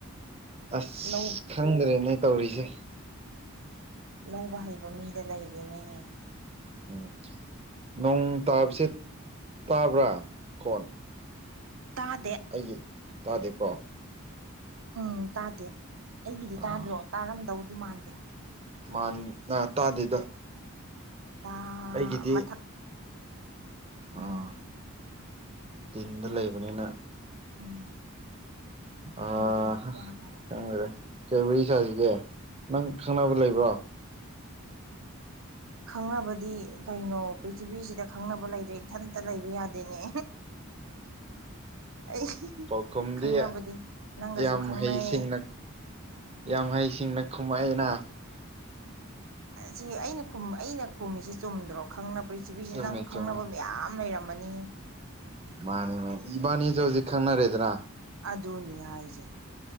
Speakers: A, on the right (about 30°); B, on the right (about 70°).
A: ꯑꯁ
B: ꯂꯧ
A: ꯈꯪꯗ꯭ꯔꯦꯅꯦ ꯇꯧꯔꯤꯁꯦ
B: ꯂꯧꯕ ꯍꯩꯕ ꯃꯤꯗ ꯂꯩꯔꯦꯅꯦꯍꯦ
A: ꯎꯝ ꯅꯣꯡ ꯇꯥꯕꯁꯦ ꯇꯥꯕ꯭ꯔꯥ ꯀꯣꯟ
B: ꯇꯥꯗꯦ
A: ꯑꯩꯒꯤ ꯇꯥꯗꯦꯀꯣ
B: ꯎꯝ ꯇꯥꯗꯦ ꯑꯩꯒꯤꯗꯤ
A: ꯑꯥ
B: ꯇꯥꯗ꯭ꯔꯣ ꯇꯥꯔꯝꯗꯧꯗꯤ ꯃꯥꯟꯗꯦ
A: ꯃꯥ ꯅꯥ ꯇꯥꯗꯦꯗ
B: ꯇꯥ
A: ꯑꯩꯒꯤꯗꯤ
B: ꯃꯊꯛ ꯎꯝ
A: ꯑꯥ ꯇꯤꯟꯗ ꯂꯩꯕꯅꯤꯅ
B: ꯎꯝ
A: ꯪꯑ
B: ꯑꯩꯗꯤ
A: ꯍꯥ
B: ꯇꯥꯔꯣꯏ
A: ꯈꯪꯗꯦꯗ ꯀꯩ ꯔꯤ ꯁꯥꯁꯤꯒꯦ ꯅꯪ ꯈꯪꯅꯕ ꯂꯩꯕ꯭ꯔꯣ
B: ꯈꯪꯅꯕꯗꯤ ꯀꯩꯅꯣ ꯄ꯭ꯔꯤꯊꯤꯕꯤꯁꯤꯗ ꯈꯪꯅꯕ ꯂꯩꯔꯦ ꯏꯊꯟꯇ ꯂꯩꯕ ꯌꯥꯗꯦꯅꯦ ꯑꯩ
A: ꯄꯥꯎꯈꯨꯝꯗꯤ
B: ꯈꯪꯅꯕꯗꯤ ꯅꯪꯒꯁꯨ
A: ꯌꯥꯝ
B: ꯈꯪꯅꯩ
A: ꯍꯩꯁꯤꯡꯅ ꯌꯥꯝ ꯍꯩꯁꯤꯡꯅ ꯈꯨꯃꯛꯑꯦꯅ
B: ꯁꯤ ꯑꯩꯅ ꯑꯩꯅ ꯈꯨꯝꯃꯤꯁꯤ ꯆꯨꯝꯗ꯭ꯔꯣ ꯈꯪꯅꯕ ꯄ꯭ꯔꯤꯊꯤꯕꯤꯁꯤ
A: ꯆꯨꯝꯃꯦ
B: ꯅꯪꯁꯨ ꯈꯪꯅꯕ
A: ꯆꯨꯝꯃꯦ
B: ꯃꯌꯥꯝ ꯂꯩꯔꯝꯃꯅꯤ
A: ꯃꯥꯅꯦ ꯃꯥꯅꯦ ꯏꯕꯅꯤꯖ ꯍꯧꯖꯤꯛ ꯈꯪꯅꯔꯦꯗ꯭ꯔꯥ
B: ꯑꯗꯨꯅꯦ ꯍꯥꯏꯁꯦ